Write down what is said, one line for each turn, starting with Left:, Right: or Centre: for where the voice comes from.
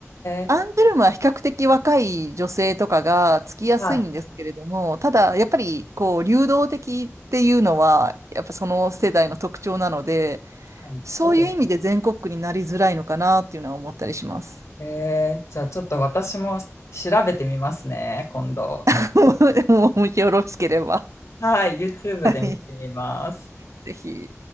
Left: え
Right: アンジュルムは比較的若い女性とかがつきやすいんですけれども、
Left: ー。はい。
Right: ただやっぱりこう流動的っていうのは、やっぱその世代の特徴なので、
Left: 確かに。
Right: そういう意味で全国区になりづらいのかなっていうのは思ったりします。
Left: そうですね。えー、じゃあちょっと私も調べてみますね、今度。
Right: <laughs> もしよろしければ、
Left: はい、YouTube
Right: はい、
Left: で見てみます。
Right: ぜひ。